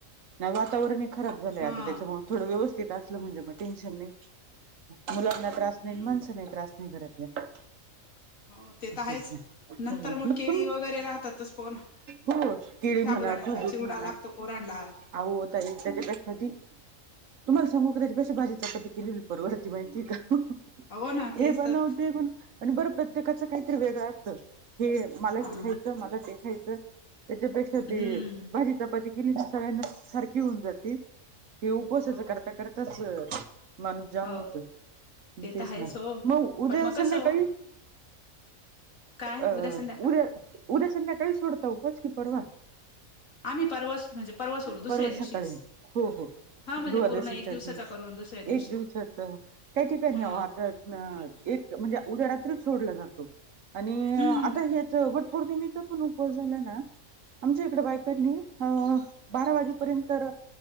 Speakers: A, on the right; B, on the left.
A: नाही वातावरणही खराब झालंय
B: हा
A: आता, त्याच्यामुळे थोडं व्यवस्थित असलं म्हणजे मग टेन्शन नाही. मुलांना त्रास
B: हम्म
A: नाही, माणसं नाही त्रास नाही घरातल्या.
B: हो ते तर आहेच
A: तेच ना
B: नंतर
A: हो
B: मग केळी
A: तुम
B: वगैरे राहतातच पोर
A: हो केळी म्हणा
B: साबुदाण्याच्या
A: खजूर
B: चिवडा
A: म्हणा
B: लागतो पोरांना
A: आहो ताई त्याच्या पेक्षा ती तुम्हाला सांगू का त्याच्या पेक्षा भाजी -चपाती केलेली परवडती माहिती का.
B: हो ना
A: हे
B: तेच
A: बनव
B: तर
A: ते बण आणि बरं प्रत्येकाचं काहीतरी वेगळं असतं, हे मला
B: हा
A: हे खायचं मला ते खायचं त्याच्यापेक्षा
B: हम्म
A: ते भाजी -चपाती केली तर सगळ्यांना सारखी होऊन जाते. हे उपवासच
B: हो
A: करता करताच माणूस जाम
B: हो
A: होतोय
B: ते
A: तेच
B: तर आहेच
A: ना,
B: हो
A: मग उद्या
B: पण
A: संध्याकाळी
B: कसं हो काय
A: अ
B: उद्या संध्याकाळ
A: उद्या उद्या संध्याकाळी सोडता उपवास की परवा?
B: आम्ही परवाच म्हणजे परवा सोडू दुसऱ्या
A: परवा
B: दिवशीच
A: सकाळी हो हो.
B: हा म्हणजे
A: द्वादशीच्या
B: पूर्ण एक दिवसाचा
A: दिवशी
B: करून दुसऱ्या दिवशी
A: एक दिवसात काही ठिकाणी
B: हा
A: वाहतात ना एक म्हणजे उद्या रात्री सोडला जातो आणि
B: हम्म
A: आता याच वटपोर्णिमेचा पण उप उपवास झाला ना आमच्या इकडे बायकांनी अं बारा वाजेपर्यंत तर